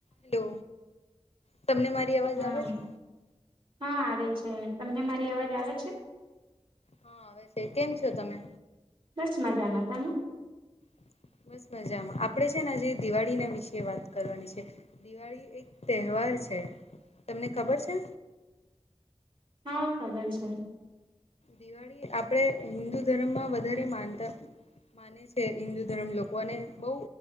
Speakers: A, on the left (about 65°); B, on the right (about 45°).
A: Hello તમને મારી અવાજ
B: હા
A: આવે છે?
B: હા આવે છે તમને મારી અવાજ આવે છે?
A: હા આવે કેમ છો તમે?
B: બસ મજામાં તમે?
A: <inaudible> બસ મજામાં આપડે છે ને આજે દિવાળી ના વિશે વાત કરવાની છે દિવાળી એક તહેવાર છે તમને ખબર છે?
B: હા ખબર છે.
A: દિવાળી આપણેે હિન્દુ ધર્મમાં વધારે માનતા. માને છે હિન્દુ ધર્મ લોકો અને બહુ